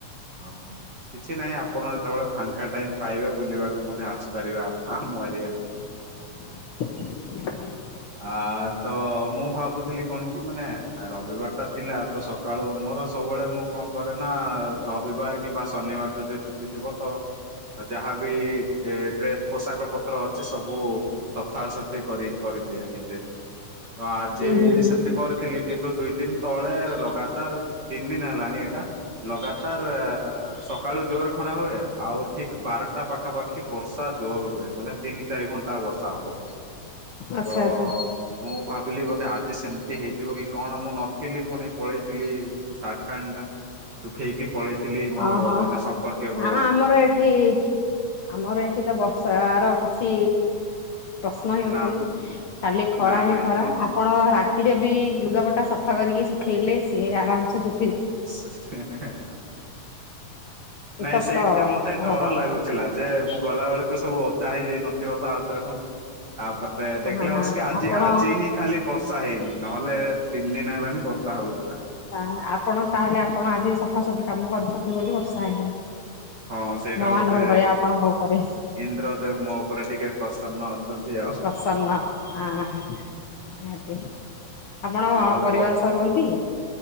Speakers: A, on the right; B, on the left.
A: ଅଁ ହୋ କିଛି ନାଇଁ ଆ ଆପଣ ଯେତେବେଳେ ଫାଙ୍କା ଟାଇମ ପାଇବେ? ବୁଲିବାକୁ ମଧ୍ୟ ଆସିପାରିବେ ଆପ ଆମ ଏରିଆକୁ।
B: ନାଲେ।
A: ଆ ତ ମୁଁ ଭାବୁଥିଲି କଣ କି ମାନେ ରବିବାର ଟା ଥିଲା ତ ସ କାଳୁ ମୋର ସବୁବେଳେ ମୁଁ କଣ କରେ ନା ରବିବାର କିମ୍ବା ଶନିବାର ଯଦି ଛୁଟି ଥିବ ତ? ଆ ଯାହାବି ଏତେ ପୋଷାକ ପତ୍ର ଅଛି ସବୁ ସଫାସଫି କରି କରିଦିଏ ନିଜେ। ତ ଆଜି
B: ହୁଁ ହୁଁ ହୁଁ
A: ସେମିତି‌ କରିଥିଲି କିନ୍ତୁ ଦୁଇ ଦିନ ତଳେ ଲଗାତାର ତିନି ଦିନ ହେଲାଣି ଏଇଟା। ଲଗାତାର ସକାଳୁ ଜୋର ଖରା ହୁଏ। ଆଉ ଠିକ ବାରଟା ପାଖାପା କି ବର୍ଷା ଜୋର ହୁଏ। ମାନେ ତିନି ଚାରି ଘଣ୍ଟା ବର୍ଷା ହବ।
B: ଆଚ୍ଛା
A: ତ
B: ଆଚ୍ଛା
A: ମୁଁ ଭାବିଲି ବୋଧେ ଆଜି ସେମିତି ହେଇଯିବ କି କଣ? ମୁଁ ନଥିଲି ପୁଣି ପଳେଇଥିଲି। ସାର୍ଟ ପ୍ୟାଣ୍ଟଟା ଶୁଖେଇକି ପଳେଇଥିଲି ମୋର
B: ଓହୋ
A: ଜଣେ ସମ୍ପର୍କୀୟଙ୍କ
B: ନା
A: ଘରକୁ।
B: ଆମର ଏଠି ଆମର ଏଇଠି ତ ବର୍ଷା ର କିଛି ପ୍ରଶ୍ନ ହିଁ ଉଠୁନି
A: ନା
B: କାଲି ଖରା
A: ନା
B: ହିଁ
A: ନାଇଁ
B: ଖରା।
A: ନାଇଁ।
B: ଆପଣ ରାତି ଯଦି ଲୁଗାପଟା ସଫା କରିକି ଶୁଖେଇଲେ ସିଏ ଆରାମ ସେ ଶୁ
A: ହେଁ ହେଁ ହେଁ
B: ଉତ୍ତପ୍ତ
A: ନାଇଁ ସେଇଟା ମତେ
B: ସହର
A: ଡର
B: ଆମର
A: ଲାଗୁଥିଲା। ଯେ ମୁଁ ଗଲା ବେଳକୁ ସବୁ ଓଦା ହେଇଯାଇ ନଥିବ ତ ଆଉଥରେ ପୁଣି। ତାପରେ ରେ ଦେଖିଲା
B: ହଁ ହଁ
A: ବସିକି ଆଜି
B: ଆପଣ
A: ଆଜି ହିଁ ଖାଲି। ବର୍ଷା ହେଇନି ନହେଲେ ତିନି ଦିନ ହେଲାଣି ବର୍ଷା ହଉଥିଲା।
B: ତ ଆପଣ ତାହେଲେ ଆପଣ ଆଜି ସଫାସଫି କାମ କରିଛନ୍ତି ବୋଲି ବର୍ଷା ହେଇନି।
A: ହଁ ସେଇଟା
B: ଭଗବାନଙ୍କର
A: ବୋଧେ
B: ଦୟା ଆପଣଙ୍କ ଉପରେ
A: ଇନ୍ଦ୍ରଦେବ ମୋ ଉପରେ ଟିକେ ପ୍ରସନ୍ନ ଅ ଛନ୍ତି ଆଉ।
B: ପ୍ରସନ୍ନ ଅଁହଁ ନିହାତି ଆପଣ
A: ହୁଁ
B: କଣ
A: ଆଉ
B: ପରିବାର
A: କହ
B: ଅ ରୁହନ୍ତି।